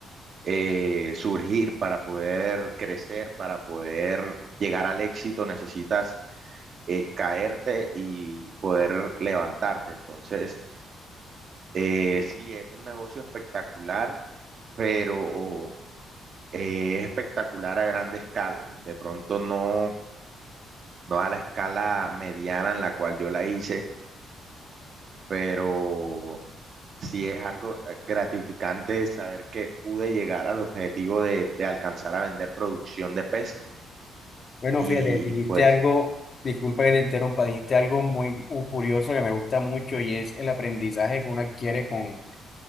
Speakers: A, on the right (about 50°); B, on the left (about 40°).
A: eh, surgir, para poder crecer, para poder llegar al éxito, necesitas eh, caerte y poder levantarte. Entonces, eh, sí, es un negocio espectacular, pero eh, es espectacular a grande escala. De pronto no, no a la escala mediana en la cual yo la hice, pero sí es algo eh, gratificante saber que pude llegar al objetivo de, de alcanzar a vender producción de peces
B: Bueno,
A: Y
B: fíjate, dijiste
A: pues,
B: algo, disculpa que te interrumpa, dijiste algo muy uh, curioso que me gusta mucho y es el aprendizaje que uno adquiere con,